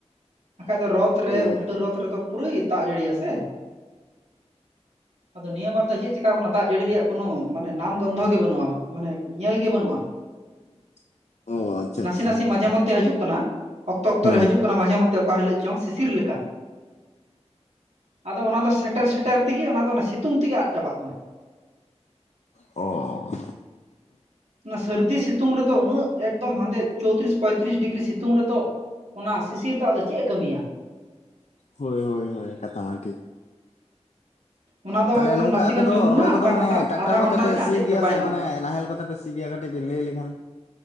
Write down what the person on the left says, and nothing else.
ᱚ
<inaudible> ᱟᱪᱪᱷᱟ
ᱟᱪᱪᱷᱟ
ᱦᱩᱸ
ᱚᱻ
ᱦᱳᱭ ᱦᱳᱭ ᱦᱳᱭ ᱠᱟᱛᱷᱟ ᱢᱟ ᱴᱷᱤᱠ᱾
ᱛᱟᱦᱞᱮ
ᱱᱚᱝᱠᱟ
ᱟᱯᱮ ᱫᱚ
ᱨᱚᱦᱚᱭ ᱠᱚᱫᱚ
ᱢᱟᱱᱮ
ᱴᱨᱟᱠᱴᱟᱨ
ᱠᱚᱛᱮ
ᱯᱮ
ᱥᱤ
ᱜᱮᱭᱟ
ᱥᱮ ᱢᱟᱱᱮ
ᱱᱟᱦᱮᱞ ᱠᱚᱛᱮ ᱯᱮ ᱥᱤ ᱥᱤ ᱜᱮᱭᱟ ᱠᱟᱹᱴᱤᱡ ᱵᱤᱱ ᱞᱟᱹᱭ ᱞᱮᱠᱷᱟᱱ᱾